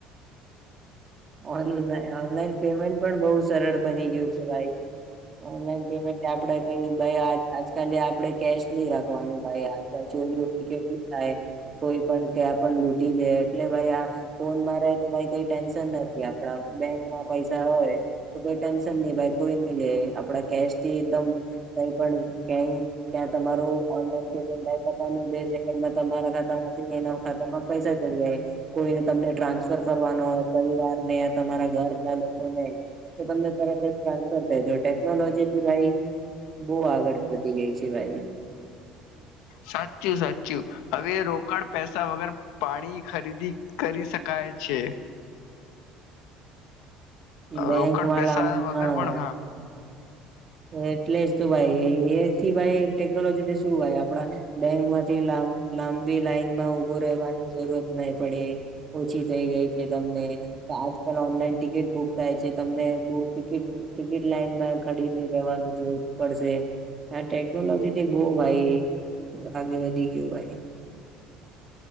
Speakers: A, on the right; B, on the left.
A: ઓનલાઈન પેમેન્ટ પણ બહુ સરળ સરળ બની ગયું છે ભાઈ ઓનલાઈન પેમેન્ટ આપણેે કઈ આજકાલ આપણેે કેશ ની રાખવાનું ભાઈ આલ ચોરી વોરી કેટલું થાય કોઈ પણ ક્યાં પણ લૂટી દે એટલે ભાઈ આ ફોન મા આપણે તો ભાઈ કઈ ટેન્શન નથી આપડા બેંક બો પૈસા હોય તો કોઈ ટેન્શન ની લેય કોઈ નઈ લે આપડા કેશ તે દમ કઈ પણ ક્યાંય ક્યાં તમારું ઓનલાઈન પેમેન્ટ જાય ત્યાંકરવાનું બે સેકન્ડમાં તમારા ખાતા માંથી તેમા પૈસા ચડી જાય કોઈને તમને ટ્રાન્સ સર કરવાનો હોય પરિવાર ને તમારા ઘર ના લોકોને તો તમને તરત જ ટ્રાન્સફર કરી દો ટેકનોલોજી થી કાઈ બહુ આગળ વધી ગઈ છે ભાઈ
B: સાચું સાચું હવે રોકડ પૈસા વગર પાણી ખરીદી કરી શકાય છેે
A: ઈમ બેંકમાં
B: રોકડ પૈસા
A: લ
B: વગર
A: હા
B: પણ
A: એટલે જ તો ભાઈ એથી ભાઈ ટેકનોલોજીથી શું ભાઈ આપણા બેંક માંથી લ લાંબી લાઈન માં ઉભો રહેવાની જરૂરત નહી પડે ઓછી થઈ ગઈ છે તમને આજકાલ ઓનલાઈન ટિકિટ બુક થાય છે તમને બુક ટિકિટ ટિકિટ લાઈન માં ખડીને વા જરૂર પડશે આ ટેકનોલોજી થી બહુ ભાઈ આગે વધી ગયું ભાઈ